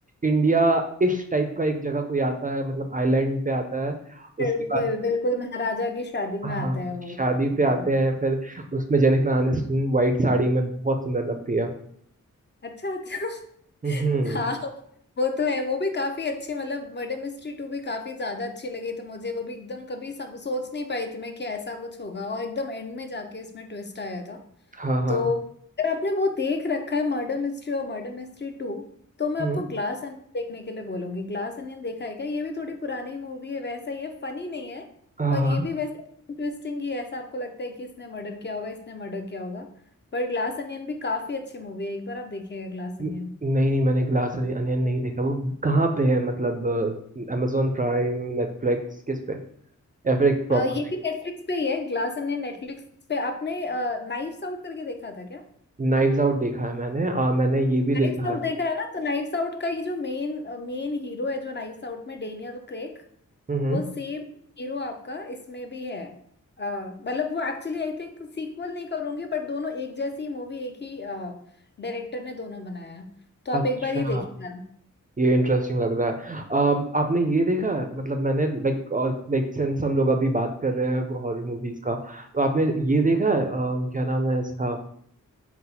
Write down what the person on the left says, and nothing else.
बिल्कुल
बिल्कुल महाराजा की शादी
में आता है वो
पे
अच्छा अच्छा
<laughs> हाँ वो तो है वो भी काफी अच्छी मतलब मर्डर मिस्ट्री टू भी काफी ज्यादा अच्छी लगी तो मुझे वो भी एकदम कभी सम, सोच नहीं पाई थी मैं कि ऐसा कुछ होगा और एकदम एंड में जाके इसमें ट्विस्ट आया था
तो अगर आपने वो देख रखा है मर्डर मिस्ट्री और मर्डर मिस्ट्री टू तो मैं
आपको ग्लास अनियन देखने के लिए बोलूंगी ग्लास अनियन देखा है क्या ये भी थोड़ी पुरानी मूवी है वैसा ही है फनी नहीं है
पर
ये भी वैसे इंटरेस्टिंग ही है ऐसा आपको लगता है कि इसने मर्डर किया होगा इसने मर्डर किया होगा बट ग्लास अनियन भी काफी अच्छी मूवी है एक बार आप देखिएगा ग्लास अनियन
अ, ये भी नेटफ्लिक्स पे ही है ग्लास अनियन नेटफ्लिक्स पे आपने नाइफ्स आउट करके देखा था क्या
नाइफ्स
आउट
देखा है ना तो नाइफ्स आउट का ये जो मेन मेन हीरो है जो नाइफ्स आउट में डेनियल क्रेग
वो सेम हीरो आपका इसमें भी है अ, मतलब वो एक्चुअली आई थिंक सीक्वल नहीं करूंगी बट दोनों एक जैसी मूवी एक ही डायरेक्टर ने दोनों बनाया है तो आप
एक बार ये देखिएगा